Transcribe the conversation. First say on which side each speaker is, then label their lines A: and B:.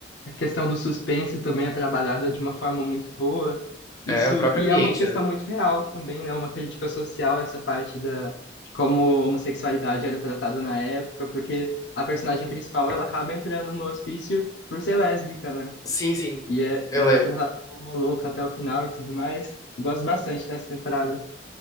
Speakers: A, on the left; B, on the left.
A: A questão do suspense também é trabalhada de uma forma muito boa.
B: É
A: Isso,
B: o próprio
A: e
B: ambiente,
A: é uma questão
B: né?
A: muito real também, né? Uma crítica social, essa parte da, de como a homossexualidade era tratada na época, porque a personagem principal, ela acaba entrando no hospício por ser lésbica, né?
B: Sim, sim,
A: E é,
B: eu
A: ela
B: lembro.
A: é tratada como uma louca até o final e tudo mais. Gosto bastante dessa temporada.